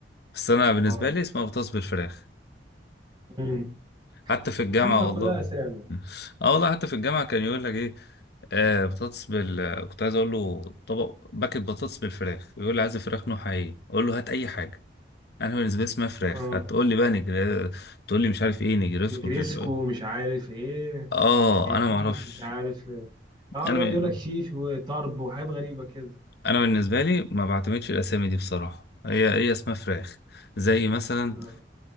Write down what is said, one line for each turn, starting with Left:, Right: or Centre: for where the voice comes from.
Left: بس انا بالنسبه
Right: اه
Left: لي اسمها بطاطس بالفراخ
Right: امم
Left: حتى في الجامعه
Right: يا عم كلها
Left: والله
Right: اسامي
Left: اه والله حتى في الجامعه كان يقول لك ايه آه بطاطس بال كنت عايز اقول له طبق باكت بطاطس بالفراخ يقول لي عايز فراخ نوعها ايه اقول له هات اي حاجه انا بالنسبه لي اسمها فراخ
Right: اه
Left: هتقول لي بقى نجر تقول لي مش عارف ايه نجرسكو
Right: نجريسكو
Left: بجج-
Right: مش عارف ايه
Left: اه
Right: إيه شيش
Left: انا ما اعرفش
Right: مش عارف إيه. اه
Left: انا
Right: يقعد
Left: ب...
Right: يقول لك شيش وطرب وحاجات غريبة كده
Left: انا بالنسبه لي ما بعتمدش الاسامي دي بصراحه هي هي اسمها فراخ زي مثلا
Right: اه